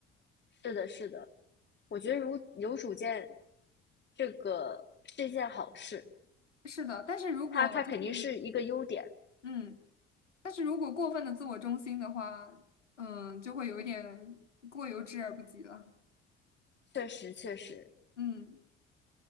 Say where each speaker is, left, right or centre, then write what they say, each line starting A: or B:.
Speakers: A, on the left; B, on the left.
A: 是的，是的，我觉得如有主见，这个是一件好事，
B: 是的，但是如果就是
A: 它它肯定是一个优点，
B: 嗯，但是如果过分的自我中心的话，嗯，就会有一点过犹之而不及了。
A: 确实确实。
B: 嗯，